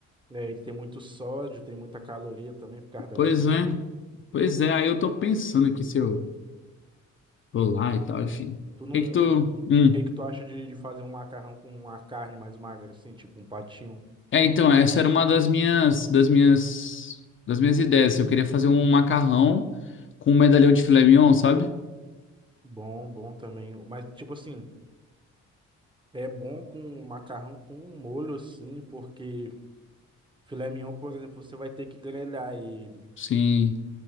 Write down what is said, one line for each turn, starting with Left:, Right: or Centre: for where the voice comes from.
Right: É, e tem muito sódio, tem muita caloria também por causa da
Left: Pois
Right: gordura.
Left: é, pois é. Aí eu tô pensando aqui se eu vou lá e tal, enfim. O
Right: Tu não,
Left: que que tu...
Right: tu- o
Left: hum.
Right: que que tu acha de, de fazer um macarrão com uma carne mais magra, assim, tipo um patinho?
Left: É, então, essa era uma das minhas, das minhas, das minhas ideias. assim, Eu queria fazer um macarrão com um medalhão de filé mignon, sabe?
Right: Bom, bom também. Mas, tipo assim, é bom com macarrão com um molho, assim, porque filé mignon, por exemplo, você vai ter que grelhar ele.
Left: Sim.